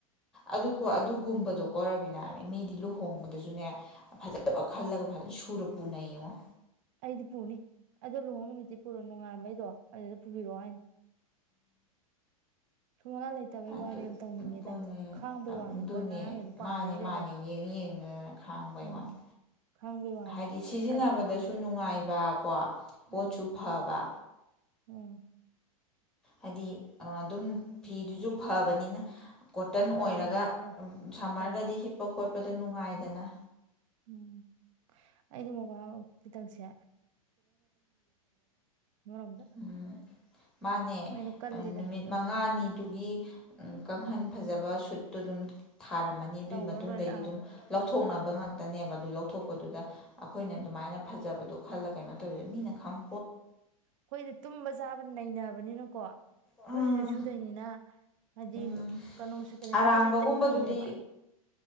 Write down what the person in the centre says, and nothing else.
ꯑꯗꯨꯣ ꯑꯗꯨꯒꯨꯝꯕꯗꯣ ꯀꫭ ꯔꯕꯤꯅ ꯃꯤꯗꯤ ꯂꯨꯍꯣꯡꯕꯗꯁꯨꯅꯦ ꯐꯖꯕ ꯈꯜꯂꯒ ꯐꯖꯅ ꯁ ꯁꯨꯔ ꯄꯨꯅꯩꯌꯦ ꯉꫭ
ꯑꯗꯨ
ꯄꯨꯅꯤ
ꯑꯗꯨꯅꯦ
ꯃꯥꯅꯦ
ꯃꯥꯅꯦ ꯌꯦꯡ ꯌꯦꯡꯗꯅ ꯈꯥꯡꯕꯩ
ꯋꯥꯅꯤ
ꯍꯥꯏꯗꯤ ꯁꯤꯖꯤꯟꯅꯕꯗꯁꯨ
ꯅꯨꯡꯉꯥꯏꯕ ꯒꯀꯣ ꯄꯣꯠꯁꯨꯐꯕ
ꯍꯥꯏꯗꯤ ꯑꯗꯨꯝ ꯐꯤꯗꯨꯖꯨ ꯐꯕꯅꯤꯅ ꯀꯣꯇꯟ
ꯑꯣꯏꯔꯒ
ꯁꯝꯃꯔꯗꯗꯤ
ꯍꯤꯞꯄ ꯈꯣꯠꯄ ꯄꯗ ꯅꯨꯡꯉꯥꯏꯗꯅ
ꯎꯝ ꯃꯥꯅꯦ
ꯅꯨꯃꯤꯠ ꯃꯉꯥꯅꯤꯗꯨꯒꯤ
ꯎꯝ ꯀꯥꯡꯍꯟ ꯐꯖꯕ ꯁꯨꯠꯇꯣ ꯑꯗꯨꯝ ꯊꯥꯔꯝꯃꯅꯤ ꯑꯗꯨꯒꯤ
ꯃꯇꯨꯡꯗꯩꯗꯤ
ꯑꯗꯨꯝ ꯂꯧꯊꯣꯛ ꯊꯣꯡꯅꯕ ꯉꯥꯛꯇꯅꯦꯕ ꯑꯗꯨ ꯂꯧꯊꯣꯛꯄꯗꯨꯗ ꯑꯈꯣꯏꯅ
ꯑꯗꯨꯃꯥꯏꯅ ꯐꯖꯕꯗꯣ ꯈꯜꯂ ꯀꯩꯅꯣ ꯇꯧꯋꯤꯗ ꯃꯤꯅ ꯈꯪ
ꯎꯝ
ꯎꯝ
ꯑꯔꯥꯡꯕꯒꯨꯝꯕꯗꯨꯗꯤ